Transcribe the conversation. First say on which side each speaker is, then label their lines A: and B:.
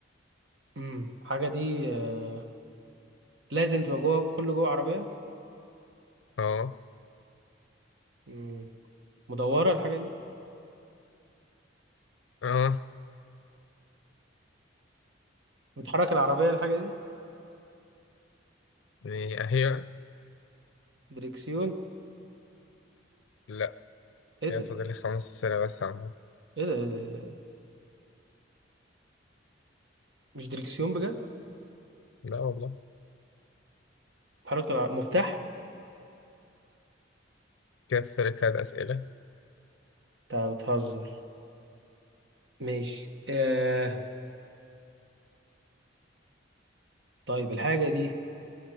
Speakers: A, on the right; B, on the left.
A: امم الحاجة دي آه، لازم تبقى جوه كل جوه عربية
B: اه
A: مم. مدورة الحاجة دي
B: اه
A: بتحرك العربية الحاجة دي
B: إيه، هي
A: دريكسيون
B: لا
A: ايه ده
B: كده فاضل لي خمس أسئلة بس عامة
A: ايه ده ايه ده, إيه ده؟ مش دريكسيون بجد
B: لا والله
A: بتحرك الع... مفتاح
B: كده فاضل لي تلات أسئلة
A: انت بتهزر ماشي آه... طيب الحاجة دي